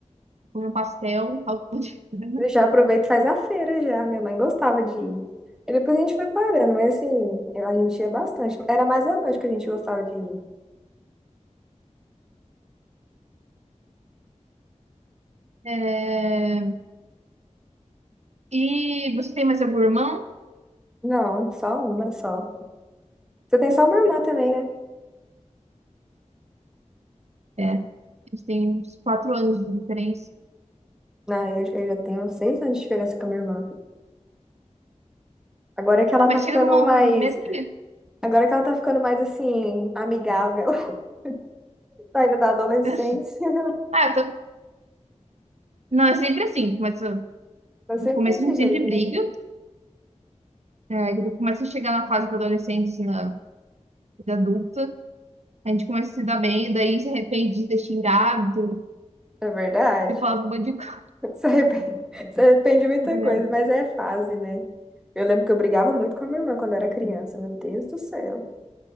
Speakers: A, on the right; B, in the centre.
A: Come um pastel, <laughs> caldo de cana.
B: Eu já aproveito e faz a feira já. Minha mãe gostava de ir. E depois a gente foi parando, mas assim, eu- a gente ia bastante. Era mais à noite que a gente gostava de ir.
A: É, e você tem mais algum irmão?
B: Não, só uma só. Você tem só uma irmã também, né?
A: É, eles têm uns quatro anos de diferença.
B: Não, eu, eu já tenho seis anos de diferença com a minha irmã. Agora que ela
A: Ah,
B: tá
A: mas
B: ficando
A: chega numa,
B: mais.
A: mesmo que...
B: Agora que ela tá ficando mais assim, amigável, <laughs> saindo da adolescência.
A: <laughs> Ah, eu tô, Não, é sempre assim. Começa,
B: Tô sempre
A: no começo
B: desse
A: a gente
B: jeito,
A: sempre briga.
B: né?
A: É, quando começa a chegar na fase da adolescência, na vida adulta, a gente começa a se dar bem, e daí se arrepende de ter xingado,
B: É verdade.
A: ter falado um monte de coisa.
B: Se arrepende, <laughs> se arrepende de muita
A: né?
B: coisa, mas é fase, né? Eu lembro que eu brigava muito com a minha irmã quando eu era criança, meu Deus do céu.